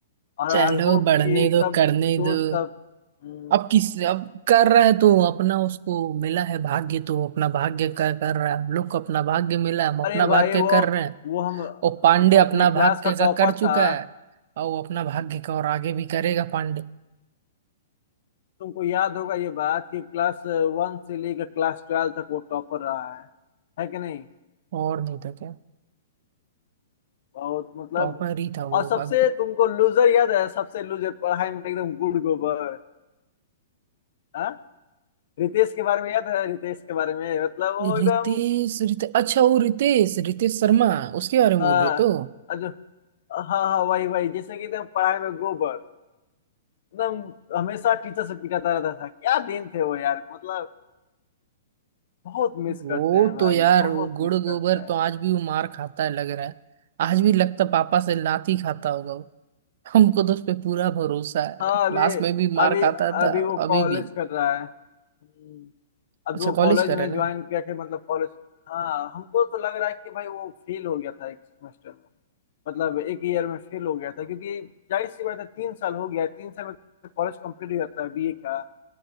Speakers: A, on the left; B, on the right.
A: और
B: चलो
A: आई होप
B: बढ़ने
A: कि
B: दो
A: सब
B: करने
A: दोस्त
B: दो
A: सब हम्म,
B: अब किस अब कर रहा है तो अपना उसको मिला है भाग्य तो अपना भाग्य का कर रहा है हम लोग को अपना भाग्य मिला हम अपना
A: अरे भाई
B: भाग्य
A: वो
B: कर रहे हैं
A: वो हम वो
B: और पांडे
A: अपने
B: अपना
A: क्लास
B: भाग्य
A: का
B: का
A: टॉपर
B: कर चुका
A: था
B: है और वो अपना भाग्य का और आगे भी करेगा पांडे
A: तुमको याद होगा ये बात कि क्लास वन से लेकर क्लास ट्वेल्व तक वो टॉपर रहा है है कि नहीं
B: और नहीं तो क्या
A: बहुत मतलब
B: टॉपर ही था वो
A: और सबसे
B: अब
A: तुमको लूजर याद है सबसे लूजर पढ़ाई में एकदम गुड़ गोबर हाँ रितेश के बारे में याद है रितेश के बारे में मतलब वो एकदम
B: रितेश रितेश अच्छा वो रितेश रितेश शर्मा उसके बारे में
A: हाँ
B: बोल रहे तो
A: अजो हाँ हाँ वही वही जैसे कि एकदम पढ़ाई में गोबर एकदम हमेशा टीचर से पिटाता रहता था क्या दिन थे वो यार मतलब बहुत मिस
B: वो
A: करते हैं भाई
B: तो यार
A: बहुत
B: वो गुड़
A: मिस करते
B: गोबर
A: हैं
B: तो आज भी वो मार खाता है लग रहा है आज भी लगता पापा से लाठी खाता होगा वो हमको तो उस पे पूरा भरोसा है
A: हाँ
B: क्लास
A: अभी
B: में भी
A: अभी
B: मार खाता
A: अभी
B: था
A: वो
B: अभी
A: कॉलेज
B: भी
A: कर रहा है हम्म, अब
B: अच्छा
A: वो
B: कॉलेज
A: कॉलेज
B: कर
A: में
B: रहे
A: ज्वाइन
B: ना
A: करके मतलब कॉलेज हाँ हमको तो लग रहा है कि भाई वो फेल हो गया था एक सेमेस्टर में मतलब एक ईयर में फेल हो गया था क्योंकि जाहिर सी बात है तीन साल हो गया है, तीन साल में कॉलेज कंप्लीट हो जाता है बीए का